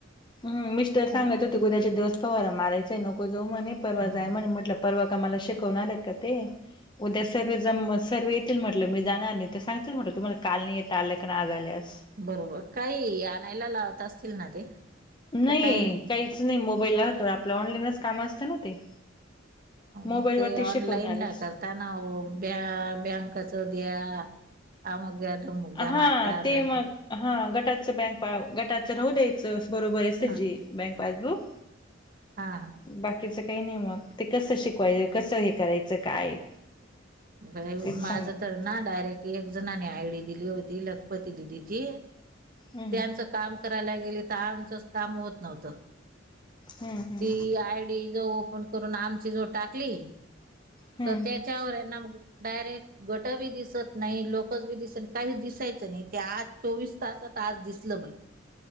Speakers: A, on the left (about 25°); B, on the right (about 45°).
A: ह मिस्टर सांगत
B: ह
A: होते क उद्याच्या दिवस पवारा मारायचाय नको जाऊ म्हणे परवा
B: हा
A: जाय म्हणे म्हटलं परवा मला शिकवणार आहेत का ते? उद्या सर्वजम सर्वे म्हंटलं मी जाणार नाही ते सांगतील म्हटलं तुम्हाला काल नाही यता आलं की ना, आल्यास.
B: बरोबर काही आणायला लावत असतील ना ते.
A: नाही
B: का काही
A: काहीच नाही मोबाईला तर आपलं ऑनलाईनच काम असतं ना ते. मोबाईल
B: मग ते
A: वरती शिकवणारच
B: ऑनलाईन ला करताना ओ ब्या बँकाच द्या. अमुक द्या तमुक द्या
A: हा
B: म्हाताऱ्या
A: ते मग
B: कडून.
A: हा, गटाचं बँक पा गटाचं राहू द्यायचं बरोबर आहेच
B: हा
A: जे बँक पासबुक.
B: हा हा,
A: बाकीचं नाही मग ते कसं शिकवायचं कसं करायचं कसं काय?
B: अ हा,
A: तेच
B: माझ
A: सांगते
B: तर ना डायरेक्ट एक जणने आयडी दिली होती लखपती दिदी ची.
A: हम्म
B: त्यांचं काम करायला गेले तर आमचंच काम होत नव्हतं.
A: हम्म हम्म
B: ती आय डी जो ओपन करून आमची जो टाकली
A: हम्म
B: तर त्या. त्याच्यावर नाव डयरेक्ट. गट बी दिसत नाही लोकच बी दिसत काही दिसायचं नाही ते आज चोवीस तासात आज दिसलं बाई.